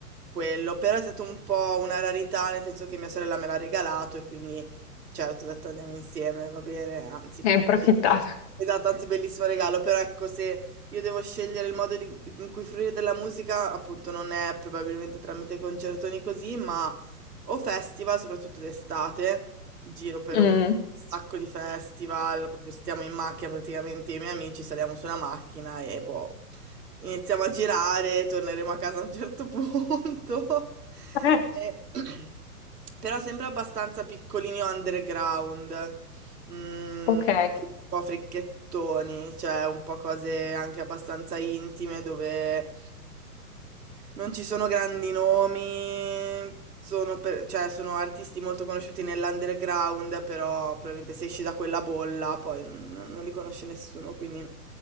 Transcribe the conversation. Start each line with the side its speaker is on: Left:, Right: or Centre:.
Right: quello, però è stato un po' una rarità, nel senso che mia sorella me l'ha regalato e quindi certo ho detto andiamo insieme, va bene, anzi,
Left: ne hai approfittata.
Right: esatto, anzi bellissimo regalo, però ecco se io devo scegliere il modo di- in cui fruire della musica, appunto non è probabilmente tramite concertoni così, ma o festival, soprattutto d'estate, giro per
Left: Mm.
Right: un sacco di festival, proprio stiamo in macchina praticamente, io e i miei amici saliamo su una macchina e boh. Iniziamo a girare, torneremo a casa a un certo <laughs> punto.
Left: Eh,
Right: E- <clears throat> Però sempre abbastanza piccolini underground mhmm,
Left: Ok,
Right: anche un po' fricchettoni, cioè un po' cose anche abbastanza intime dove non ci sono grandi nomi, sono per cioè sono artisti molto conosciuti nell'underground, però probabilmente se esci da quella bolla poi non non li conosce nessuno, quindi